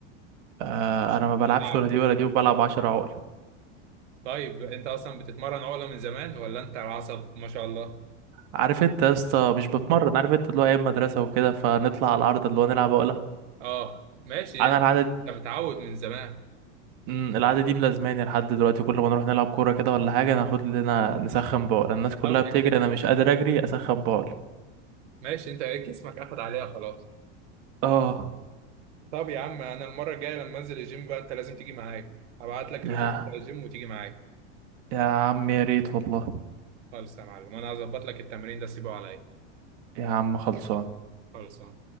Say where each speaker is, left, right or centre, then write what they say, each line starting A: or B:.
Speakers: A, on the right (about 50°); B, on the right (about 85°).
A: آه انا ما بلعبش
B: صعب
A: ولا دي ولا دي وبلعب 10 عقله
B: طيب انت اصلا بتتمرن عقلة من زمان ولا انت العصب ما شاء الله
A: عارف انت يا اسطى مش بتمرن عارف انت اللي هو ايام مدرسه وكده فنطلع على العرض اللي هو نلعب عقله
B: اه ماشي
A: انا
B: انت
A: العاده
B: انت
A: دي-
B: متعود من زمان
A: مم، العاده دي ملازماني لحد دلوقتي كل ما نروح نلعب كوره كده ولا حاجه ناخد لنا نسخن بعقله الناس كلها
B: طب
A: بتجري
B: انت
A: انا مش قادر اجري اسخن بعقله
B: ماشي انت ايه جسمك اخد عليها خلاص
A: اه
B: طب يا عم انا المرة الجاية لما انزل الجيم بقى انت لازم تيجي معايا هبعت لك
A: يا
B: اللوكيشن بتاع الجيم وتيجي معايا
A: يا عم يا ريت والله
B: خالص يا معلم انا هظبط لك التمرين ده سيبه عليا
A: يا عم خلصان
B: خالص